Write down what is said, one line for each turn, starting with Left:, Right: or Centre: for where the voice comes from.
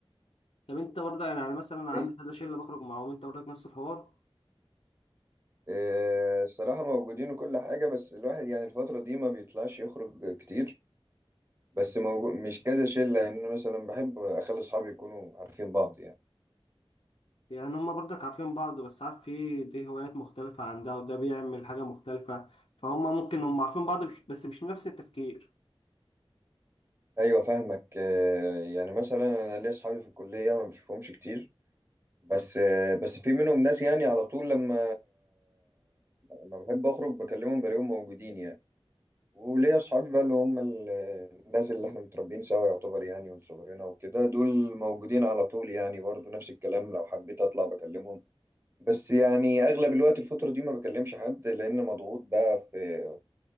Left: طب انت برضه يعني انا مثلا عندي
Right: اي
Left: كذا شله بخرج معاهم انت برضك نفس الحوار
Right: آه، الصراحة موجودين وكل حاجة بس الواحد يعني الفترة دي ما بيطلعش يخرج كتير بس موجود مش كذا شلة يعني أنا مثلا بحب أخلي أصحابي يكونوا عارفين بعض يعني
Left: يعني هما برضك عارفين بعض بس عارف في دي هوايات مختلفه عن ده وده بيعمل حاجه مختلفه فهم ممكن هم عارفين بعض مش بس مش نفس التفكير
Right: أيوة فاهمك آه، يعني مثلا أنا ليا أصحابي في الكلية ما بشوفهمش كتير بس آه، بس في منهم ناس يعني على طول لما لما بحب اخرج بكلمهم بلاقيهم موجودين يعني وليا اصحابي بقى اللي هم ال- الناس اللي احنا متربيين سوا يعتبر يعني من صغرنا وكده دول موجودين على طول يعني برضو نفس الكلام لو حبيت اطلع بكلمهم بس يعني اغلب الوقت الفترة دي ما بكلمش حد لان مضغوط بقى في